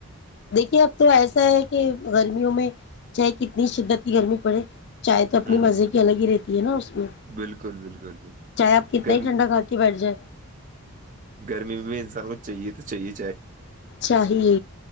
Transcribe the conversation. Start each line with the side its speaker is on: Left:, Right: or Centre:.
Left: دیکھیے اب تو ایسا ہے کہ کہ گرمیوں میں چاہ کتنی شدت کی گرمی پڑے چاہے تو اپنی
Right: ہوں
Left: مزے کی الگ ہی رہتی یہ نا میں
Right: بالکل بالکلل
Left: چاہے آپ کتنا
Right: گر
Left: ہی ٹھنڈا کھا کے بیٹھ جائیں
Right: گرمی میں بھی انسان کو چاہے تو چاہیے
Left: چاہیے